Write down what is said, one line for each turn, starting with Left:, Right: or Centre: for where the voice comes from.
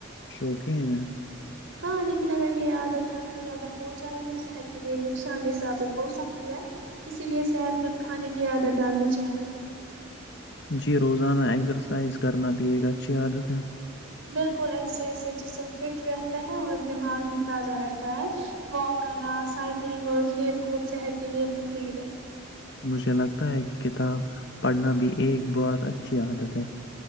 Left: شوقین ہیں
Right: ہاں لیکن اگر یہ عیاادت تھا سے زیادہ ہو جائے تو صحت کے لیے نقصان حساب ہو سکتی ہے اسی لیے صحت مند کھانے کی عادت ڈالنی چاہیے
Left: جی روزانہ ایکسرسائز کرنا بھی ایک اچھی عادت ہے
Right: بالکل ایکگزرسائز سے جسم فٹ رہتا ہے اور دماغ بھی تازہ رہتا ہے واک کرنا سائیکلنگ اور کھیل کود صحت کے لئے مخفید ہے
Left: مجھے لگتا ہے کہ کتاب پڑھنا بھی ایک بہت اچھی عادت ہے